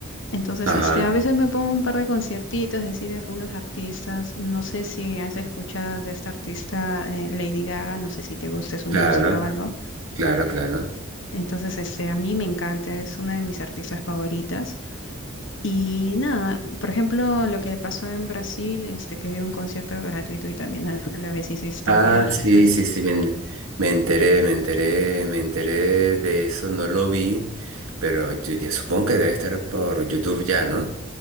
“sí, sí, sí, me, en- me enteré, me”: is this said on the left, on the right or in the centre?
Right